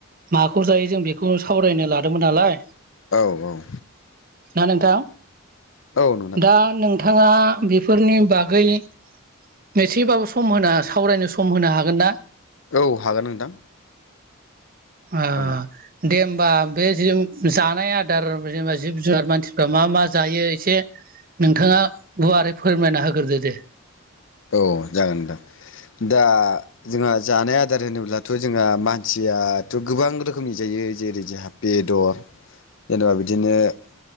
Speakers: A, on the right (about 40°); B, on the left (about 65°).
A: माखौ जायो जों बेखौ सावरायनो लादोंमोन नालाय
B: औ औ
A: ना नोंथां
B: औ नोंथां
A: दा नोंथाङा बेफोरनि बागै गै एसेबाबो सम होना सावरायनो सम होनो हागोन ना
B: औ हागोन नोंथां
A: ओ
B: औ
A: दे होमबा बे जों जानाय आदार जेनेबा जिब जुनार मानसि गा मा मा जायो एसे नोंथाङा गुवारै फोरमायना होग्रोदो दे
B: औ जागोन नोंथां दा जोंहा जानाय आदार होनोब्लाथ‌ जोंहा मानसियाथ गोबां रोखोमनि जायो जेरै जोंहा बेदर जेनेबा बिदिनो